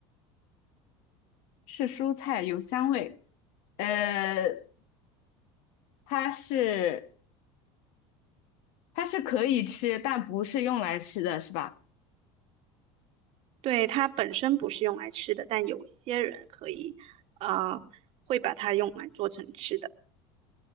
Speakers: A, on the left; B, on the right.
A: 是蔬菜，有香味。呃，它是它是可以吃，但不是用来吃的，是吧？
B: 对，它本身不是用来吃的，但有些人可以，啊、会把它用来做成吃的。